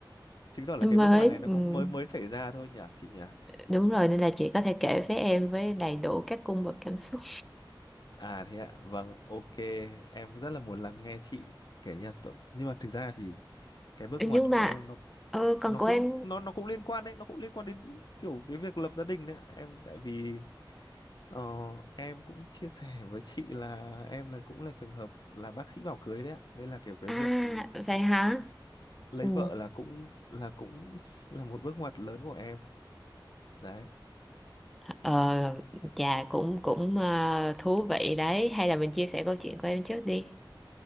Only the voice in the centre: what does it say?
nó
mới
Ừm.
đúng rồi nên là chị có thể kể với em với đầy đủ các cung bậc cảm xúc
Ừ,
nhưng
mà
ờ, con
của
em
à
vậy hả
ừ.
ờ, chà cũng cũng ờ, thú vị đấy hay là mình chia sẻ câu chuyện của em trước đi